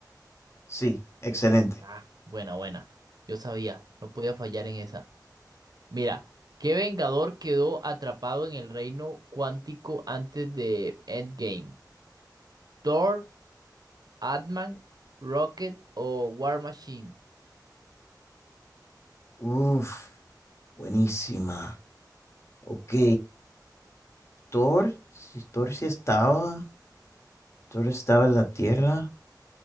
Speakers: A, on the left; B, on the right.
A: Sí, excelente.
B: Ah, buena, buena. Yo sabía, no podía fallar en esa. Mira, ¿qué Vengador quedó atrapado en el reino cuántico antes de Endgame? ¿Thor, Ant-Man, Rocket o War Machine?
A: Uf, buenísima. Ok, Thor, si Thor sí estaba, Thor estaba en la Tierra,